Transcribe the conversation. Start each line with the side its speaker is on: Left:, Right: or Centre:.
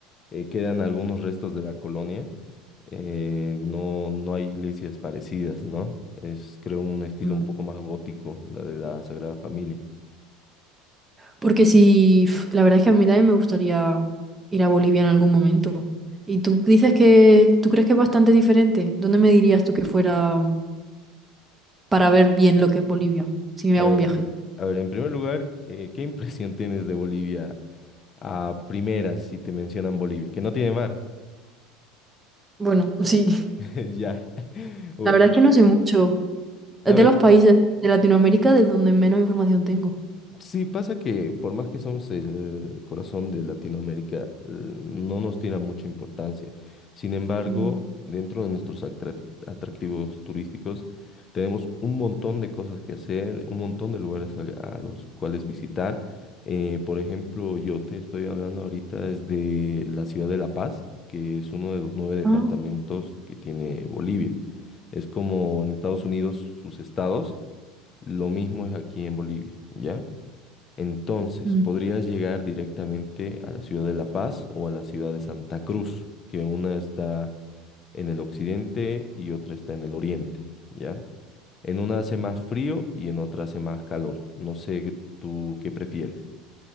Left: eh, quedan algunos restos de la colonia, eh, no, no hay iglesias parecidas, ¿no? Es, creo, un estilo
Right: Mm.
Left: un poco más gótico, la de la Sagrada Familia.
Right: Porque si la verdad es que a mí también me gustaría ir a Bolivia en algún momento. Y tú dices que, ¿tú crees que es bastante diferente? ¿Dónde me dirías tú que fuera? para ver bien lo que es Bolivia, si me
Left: A
Right: hago
Left: ver,
Right: un viaje.
Left: a ver, en primer lugar, eh, ¿qué impresión tienes de Bolivia a primeras si te mencionan Bolivia? Que no tiene mar.
Right: Bueno, sí, <laughs>
Left: <laughs> Ya. <laughs> O-
Right: la verdad es que no sé mucho. Es
Left: A ver,
Right: de los países de Latinoamérica de donde menos información tengo.
Left: Sí, pasa que por más que somos el corazón de Latinoamérica, eh, no nos tira mucha importancia. Sin embargo,
Right: Mm.
Left: dentro de nuestros atrac- atractivos turísticos, tenemos un montón de cosas que hacer, un montón de lugares a, a los cuales visitar. Eh, por ejemplo, yo te estoy hablando ahorita desde la ciudad de La Paz, que es uno de los nueve departamentos
Right: Ah.
Left: que tiene Bolivia. Es como en Estados Unidos sus estados, lo mismo es aquí en Bolivia, ¿ya? Entonces,
Right: Mm.
Left: podrías llegar directamente a la ciudad de La Paz o a la ciudad de Santa Cruz, que una está en el occidente y otra está en el oriente, ¿ya? En una hace más frío y en otra hace más calor. No sé qué- tú qué prefieres.